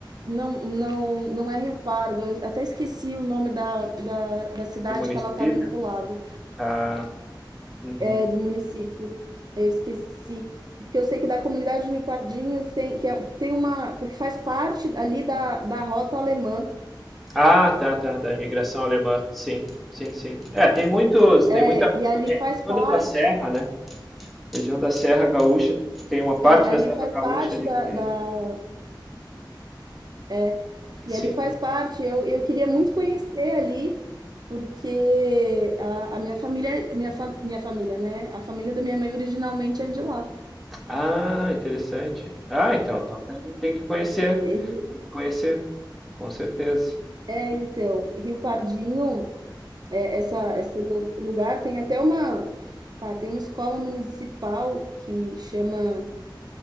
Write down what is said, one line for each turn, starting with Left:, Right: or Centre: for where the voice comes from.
Right: não não não é Rio Pardo, eu até esqueci o nome da da da cidade
Centre: do município.
Right: que ela está vinculada,
Centre: Ah, uhum.
Right: é do município. Eu esqueci, porque eu sei que da comunidade Rio Pardinho tem que é tem uma porque faz parte ali da da Rota Alemã.
Centre: Ah, tá, tá, da imigração alemã. Sim, sim, sim. É, tem muitos,
Right: É,
Centre: tem muita
Right: e ali
Centre: a região
Right: faz
Centre: toda
Right: parte
Centre: da Serra, né? Região da Serra Gaúcha, tem uma parte
Right: é, ali
Centre: da Serra
Right: faz
Centre: Gaúcha
Right: parte
Centre: ali
Right: da
Centre: que,
Right: da é,
Centre: sim.
Right: E ele faz parte, eu, eu queria muito conhecer ali, porque a, a minha família, a minha, fa- minha família, né? A família da minha mãe originalmente é de lá.
Centre: Ah, interessante. Ah, então, então tem, tem que conhecer,
Right: E-
Centre: tem que conhecer, com certeza.
Right: é, então, Rio Pardinho, é, essa, esse lu- lugar tem até uma, tá, tem uma escola municipal que chama